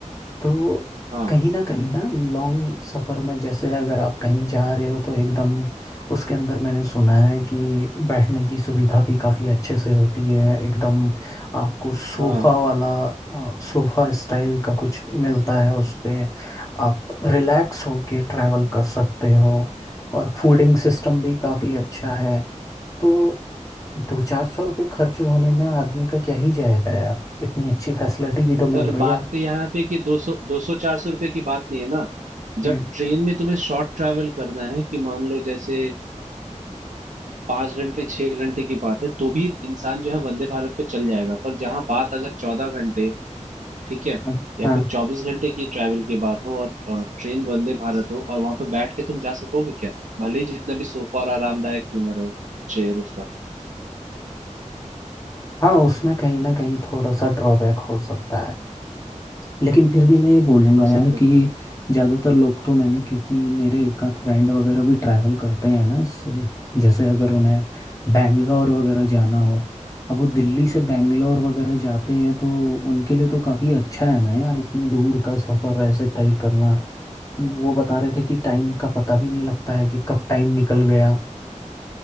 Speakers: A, on the left (about 25°); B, on the right (about 75°).
A: तो
B: हाँ
A: कहीं ना कहीं ना लॉन्ग सफ़र में जैसे अगर आप कहीं जा रहे हो तो एकदम उसके अंदर मैंने सुना है कि बैठने की सुविधा भी काफ़ी अच्छे से होती है एकदम आपको सोफ़ा
B: हाँ हाँ।
A: वाला सोफ़ा स्टाइल का कुछ मिलता है उस पे आप रिलैक्स होके ट्रैवल कर सकते हो और फूडिंग सिस्टम भी काफ़ी अच्छा है तो दो चार सौ रुपये खर्च होने में आदमी का क्या ही जाएगा यार इतनी अच्छी फैसिलिटी भी तो मिल
B: पर
A: रही
B: बात
A: है
B: तो यहाँ पे कि दो सौ दो सौ चार सौ रुपये की बात नहीं है ना
A: हम्म
B: जब ट्रेन में तुम्हें शॉर्ट ट्रैवल करना है कि मान लो जैसे अ, पाँच घंटे छह घंटे की बात है तो भी इंसान जो है वंदे भारत पे चल जाएगा पर जहाँ बात अगर चौदह घंटे ठीक है
A: हाँ
B: या
A: हाँ
B: फिर चौबीस घंटे की ट्रैवल की बात हो और अ, ट्रेन वंदे भारत हो और वहां पे बैठ के तुम जा सकोगे क्या भले ही जितना भी सोफा और आरामदायक क्यों ना रहे चेयर उसका
A: हाँ, उसमें कहीं ना कहीं थोड़ा सा ड्रॉबैक हो सकता है लेकिन फिर भी मैं ये बोलूँगा
B: हो
A: यार
B: सकता
A: कि
B: है
A: ज़्यादातर लोग तो मैंने क्योंकि मेरे एक आध फ्रेंड वगैरह भी ट्रैवल करते हैं ना इससे जैसे अगर उन्हें बैंगलोर वगैरह जाना हो अब वो दिल्ली से बैंगलोर वगैरह जाते हैं तो उनके लिए तो काफ़ी अच्छा है ना यार उतने दूर का सफ़र ऐसे तय करना वो बता रहे थे कि टाइम का पता भी नहीं लगता है कि कब टाइम निकल गया